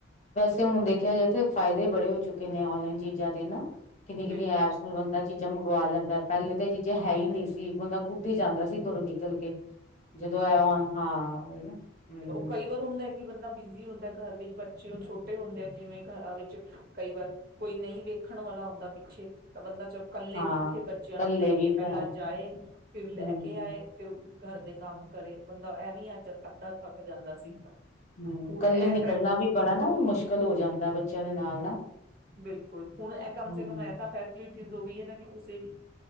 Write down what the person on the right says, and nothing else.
ਬਿਲਕੁਲ
ਤੇ ਉਹ ਕਈ ਵਾਰ ਹੁੰਦਾ ਹੈ ਕਿ ਬੰਦਾ ਬਿ ਹੁੰਦਾ ਘਰ ਵਿੱਚ ਬੱਚੇਓ ਛੋਟੇ ਹੁੰਦੇ ਆ ਜਿਵੇਂ ਘਰਾਂ ਵਿੱਚ ਕਈ ਵਾਰ ਕੋਈ ਨਹੀਂ ਵੇਖਣ ਵਾਲਾ ਹੁੰਦਾ ਪਿੱਛੇ ਤਾਂ ਬੰਦਾ ਇਕੱਲੇ
ਕਿੱਥੇ ਬੱਚਿਆਂ
ਨੂੰ ਲੈ
ਕੇ ਪਹਿਲਾਂ
ਜਾਏ ਫਿਰ ਲੈ
ਕੇ ਆਏ ਫਿਰ ਘਰ ਦੇ ਕੰਮ ਕਰੇ ਬੰ ਐਵੇਂ ਅੱਜ ਅੱਧਾ ਜਾਂਦਾ ਸੀ
ਹੁਣ
ਇਹ
ਫੈਸ
ਬਿਲਕੁਲ ਹੁਣ ਇਹ ਕਮ
ਸੇ ਕਮ ਐ ਤਾਂ ਫੈਸ ਚ ਵੀ ਹੈ ਨਾ ਕਿ ਤੁਸੀਂ